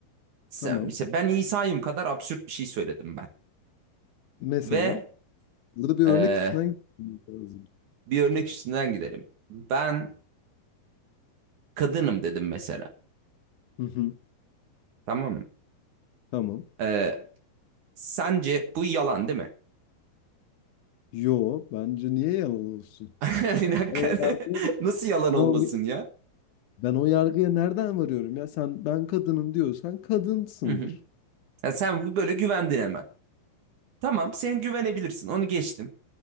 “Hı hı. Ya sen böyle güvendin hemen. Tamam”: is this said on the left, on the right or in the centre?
Right